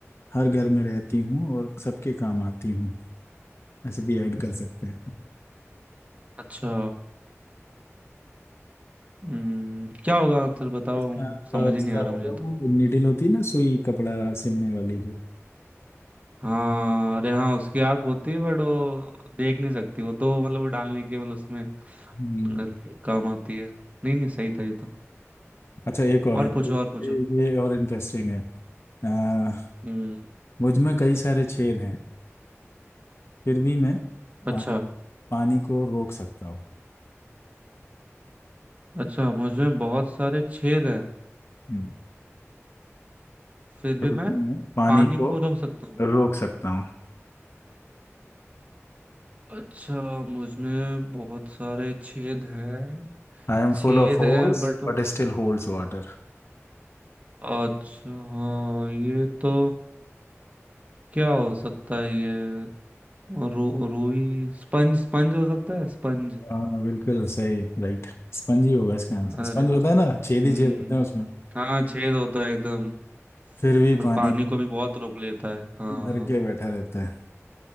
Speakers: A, on the left; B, on the right.
A: हर घर में रहती हूँ और सबके काम आती हूँ ऐसे भी ऐड कर सकते हैं
B: अच्छा हम्म क्या होगा आंसर बताओ
A: इसका
B: समझ
A: अ,
B: ही
A: इसका
B: नहीं आ रहा
A: होगा
B: मुझे तो
A: वो नीडल होती है ना सुई कपड़ा सिलने वाली जो
B: हाँ अरे हाँ उसकी आंख होती है बट वो देख नहीं सकती वो तो मतलब वो डालने के मतलब उसमें
A: हम्म,
B: अ, काम आती है नहीं नहीं सही था ये तो
A: अच्छा एक और
B: और
A: है तो
B: पूछो और पूछो
A: ये ये और इंटरेस्टिंग है आ,
B: हम्म
A: मुझ में कई सारे छेद हैं फिर भी मैं
B: अच्छा
A: पानी पानी को रोक सकता हूँ
B: अच्छा मुझ में बहुत सारे छेद हैं
A: हम्म,
B: फिर भी
A: फिर भी
B: मैं
A: मैं पानी
B: पानी
A: को
B: को रोक सकता हूँ
A: रोक सकता हूँ
B: अच्छा मुझ में बहुत सारे छेद हैं
A: I am
B: छेद
A: full of holes
B: हैं बट
A: but still holds water
B: अच्छा हाँ ये तो क्या हो सकता है ये रू रुई स्पंज स्पंज हो सकता है स्पंज
A: हाँ बिल्कुल सही राइट स्पंज ही होगा इसका आंसर
B: अरे
A: स्पंज होता है ना
B: हम्म
A: छेद ही छेद होते हैं उसमें
B: हाँ छेद होता है एकदम
A: फिर भी
B: और
A: पानी
B: पानी को भी बहुत रोक लेता है हाँ
A: भर के बैठा रहता है